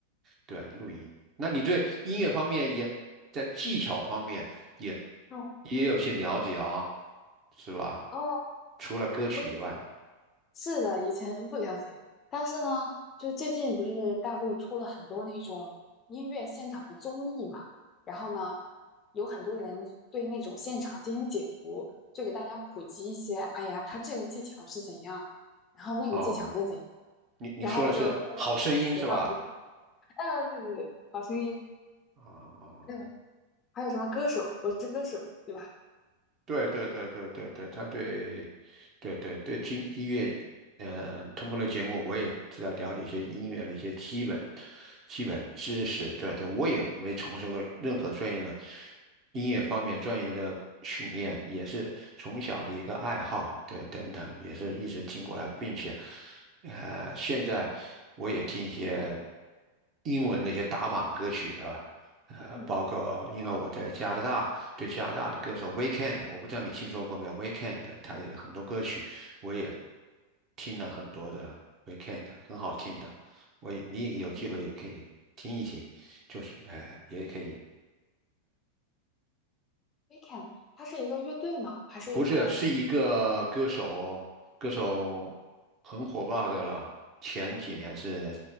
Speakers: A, on the right; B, on the left.
A: 对，录音。那你对音乐方面也在技巧方面也
B: 哦，
A: 也有些了解啊、是吧？
B: 哦。
A: 除了歌曲以外，
B: 我以。是的，以前不了解，但是呢，就最近不是大陆出了很多那种音乐现场的综艺嘛，然后呢，有很多人对那种现场进行解读，就给大家普及一些，哎呀，他这个技巧是怎样，然后那个技巧是怎样，
A: 哦，你你说的是好声音是吧？
B: 然后我就哎学到了一个，啊，对对对，好声音，
A: 啊、
B: 嗯，还有什么歌手，我是歌手，对吧？
A: 对对对对对对，他对，对对对，听音乐，嗯，通过了节目，我也知道了解一些音乐的一些基本基本知识。对对，我也没从事过任何专业的音乐方面专业的训练，也是从小的一个爱好，对，等等，也是一直听过来，并且，呃，现在我也听一些英文的一些打榜歌曲啊。呃，
B: 嗯
A: 包括因为我在加拿大，对加拿大的歌手 Weekend，我不知道你听说过没有？Weekend，他也很多歌曲，我也听了很多的 Weekend，很好听的。我也你也有机会也可以听一听，
B: 嗯
A: 就是呃，也可以
B: ，Weekend，它是一个乐队嘛，还是一个
A: 不是，是一个歌手哦，歌手很火爆的了。前几年是